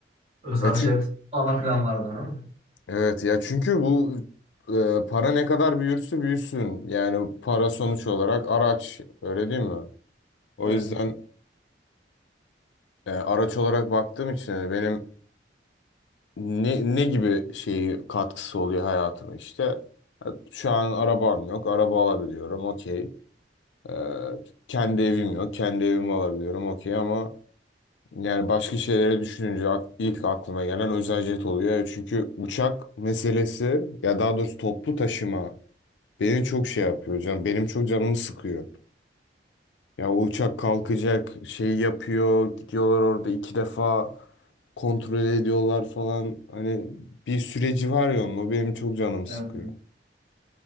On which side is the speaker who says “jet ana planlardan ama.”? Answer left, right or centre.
Right